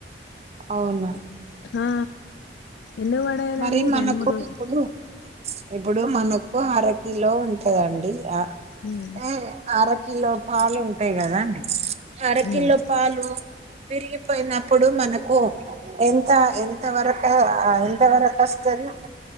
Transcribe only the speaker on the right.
అవునా
మరి మనకు
ఇప్పుడు ఇప్పుడు మనకు అరకిలో ఉంటదండి ఆ
ఏ ఆర కిలో పాలు ఉంటాయి కదా అండీ అర కిలో
పాలు విరిగిపోయినప్పుడు మనకు ఎంత ఎంత వరకు అ అస్తది